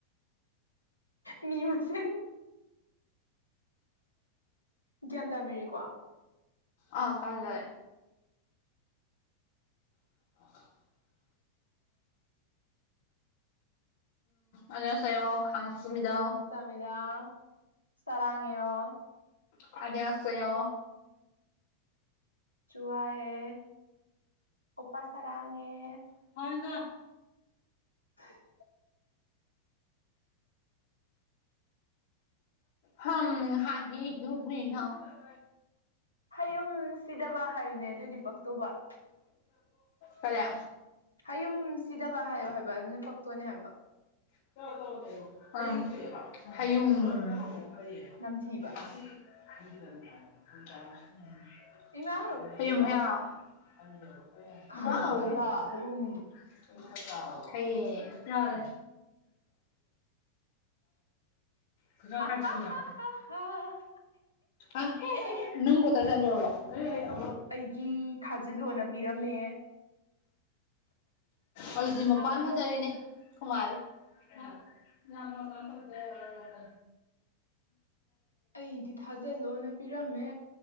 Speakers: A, on the left; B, on the left.
A: ꯃꯤ ꯃꯁꯦ ꯒ꯭ꯌꯥꯟ ꯇꯥꯕꯤꯔꯤꯀꯣ
B: ꯑꯥ ꯇꯖꯥꯔꯦ <inaudible> ꯑꯅꯤꯌꯣ ꯁꯩꯌꯣ ꯈꯪꯁꯃꯤꯗ
A: ꯈꯪꯁꯃꯤꯗꯥ ꯁꯔꯥꯉꯣ
B: ꯑꯅꯤꯌꯥꯁꯣ ꯁꯩꯌ
A: ꯆꯨꯋꯥ ꯑꯦ ꯑꯣꯄꯥ ꯆꯔꯉ ꯑꯦ
B: <unintelligible>
A: <unintelligible>
B: ꯍꯝ <unintelligible>
A: ꯍꯌꯨꯝ ꯁꯤꯗꯕ ꯍꯥꯏꯌꯨꯅꯦ ꯑꯗꯨꯏꯗꯤ ꯄꯛꯛꯇꯣꯧꯕ
B: ꯀꯔꯤ
A: ꯍꯌꯨꯝ ꯁꯤꯗꯕ ꯍꯥꯏꯌꯣ ꯍꯥꯏꯕ ꯑꯗꯨꯅ ꯄꯛꯇꯣꯏꯅꯦ ꯍꯥꯏꯕ
B: ꯑ ꯍꯌꯨꯝ
A: ꯅꯝꯊꯤꯕ
B: <unintelligible> ꯍꯥꯌꯨꯝ
A: ꯏꯃꯥ
B: ꯍꯩꯌꯥ
A: ꯍꯩ ꯍꯌꯥ ꯍꯌꯨꯝ
B: ꯍꯌꯦ ꯌꯥꯔꯦ ꯀꯖ ꯀꯥꯏ
A: ꯑꯍꯥ
B: ꯆ ꯇꯂ
A: ꯍꯥ ꯍꯥ ꯍꯥ
B: ꯑ ꯍꯦ
A: ꯑꯦꯍꯦ
B: ꯍꯦ ꯅꯒꯣ ꯇ꯭ꯔ ꯆꯂꯣꯜꯕ ꯑꯦ ꯑ
A: ꯑꯩꯒꯤ ꯊꯥꯖꯤꯜꯣꯅ ꯄꯤꯔꯝꯃꯦ
B: ꯍꯧꯜꯗꯤ ꯃꯄꯥꯟ ꯐꯖꯔꯤꯅꯦ ꯈꯨꯃꯥꯔꯤ ꯑ ꯌꯥꯝ ꯂ ꯀꯅ ꯇꯧꯗꯀ
A: ꯑꯩꯗꯤ ꯊꯥꯖꯤꯜꯂꯣꯅ ꯄꯤꯔꯝꯃꯦ